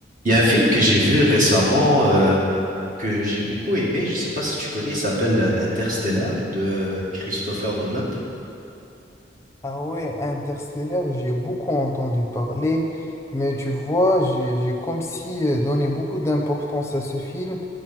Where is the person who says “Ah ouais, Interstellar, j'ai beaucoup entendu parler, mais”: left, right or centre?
Left